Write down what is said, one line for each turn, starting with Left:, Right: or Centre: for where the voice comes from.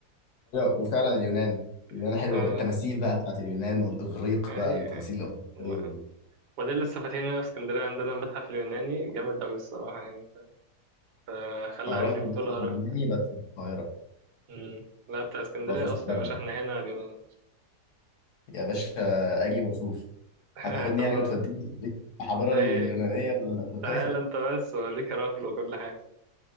Left: وفعلا اليونان اليونان
Right: <laughs>
Left: حلوه
Right: اه
Left: بالتماثيل بقى بتاعت اليونان والاغريق
Right: ايوه
Left: بقى التماثيل
Right: أيوة.
Left: الاغريقيه
Right: و-
Left: دي
Right: وده اللي لسه فاتحين هنا في اسكندرية عندنا متحف اليوناني جامد أوي الصراحة يعني فخلى
Left: انا
Right: عندي
Left: رحت
Right: فضول
Left: متحف
Right: أروح
Left: اليوناني بس في القاهره
Right: مم. لا بتاع اسكندرية
Left: اللي هو في وسط
Right: أصلا
Left: البلد
Right: يا باشا
Left: ده
Right: احنا هنا اليونان
Left: يا باشا اجي واشوف
Right: <laughs>
Left: هتاخدني
Right: خلاص
Left: يعني وتوديني الحضاره
Right: أيوة
Left: اليونانيه ولا الاغريقيه
Right: تعال أنت بس أوريك هراكل وكل حاجة